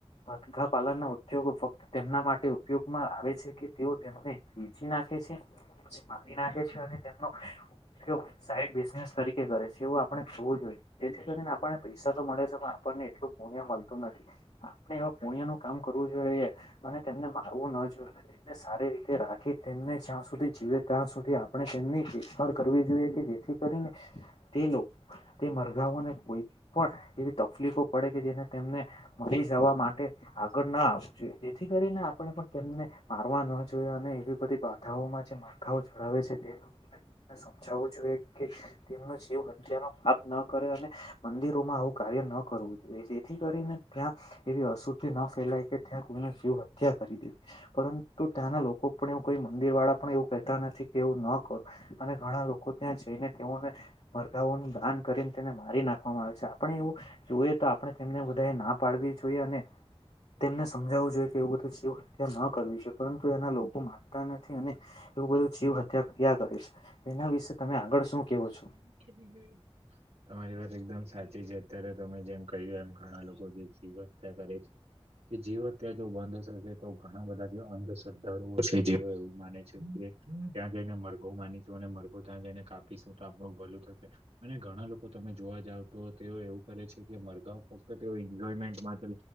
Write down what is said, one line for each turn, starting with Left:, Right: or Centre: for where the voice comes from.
Left: અધગા પાલન ના ઉદ્યોગો ફક્ત તેમના માટે તે ઉપયોગમાં આવે છે કે તેઓ તેમને વેચી નાખે છે પછી મારી નાખે છે અને તેમનો તેઓ સાઈડ બિઝનેસ તરીકે કરે છે એવું આપણે થવું જોઈએ જેથી કરીને આપણે પૈ સા તો મળે છે પણ આપણને એટલું પુણ્ય મળતું નથી આપણે એવો પુણ્યનું કામ કરવું જોઈએ અને તેમને મારવુંન જોએ અને તેને સારી રીતે રાખી તેમને જ્યાં સુધી જીવે ત્યાં સુધી આપણે તેમની દેખભાળ કરવી જોઈએ કે જેથી કરીને તે લો તે મરઘાવઓને કોઈ પણ એવી તફલીફો પડે કે જેને તેમને મરી જવા માટે આગળ ના આવવું જોઈએ જેથી કરીને પણ પણ તેમને મારવા ન જોઈએ અને એવી બધી બાધાઓમાં જે માળખાઓ ચડાવે છે તે સમજાવવું જોઈએ કે તેમનો જીવ હત્યાંમાં આપ ન કરે અને મંદિરોમાં આવું કાર્ય ન કરવું જોઈએ જેથી કરીને ત્યાં એવી અસુ <unintelligible> ન ફેલાય કે ત્યાં કોઈનો જીવ હત્યા કરી દે પરંતુ ત્યાંના લોકો પણ એઉ કોઈ મંદિર વાળા આપણે એવું કહેતા નથી કે એવું ન કરું અને ઘણા લોકો ત્યાં જઈને તેઓને મરઘાંવોની દાન કરીને તેને મારી નાખવામાં આવે છે આપણે એવું જોઈએ તો આપણે તેમને બધાએ ના પાડવી જોઈએ અને તેમને સમજાવવું જોઈએ કે એવું બધું જીવ હત્યા ન કરવી છે પરંતુ એના લોકો માનતા નથી અને એટલું બધું જીવ હત્યા કર્યા કરે છે એના વિશે તમે આગળ શું કેવો
Right: એ
Left: છો
Right: એમની ખેતી જોઈ તમારી વાત એકદમ સાચી છે અત્યારે તમે જેમ કહ્યું એમ ઘણા લોકો જે જીવ હત્યાં કરે છે. તે જીવ હત્યા જો બંધ થશે તો ઘણા બધા જે અંધશ્રદ્ધાળુઓ છે જે એવું માને છે કે ત્યાં જઈને મરઘો માનીશું અને મરઘો ત્યાં જઈને કા પી સુ ટા આપણું ભલું થશે અને ઘણા લોકો તમે જોવા જાવ તો તેઓ એવું કરે છે કે મરઘાઓ ત તેઓ એન્જોયમેન્ટ માત્ર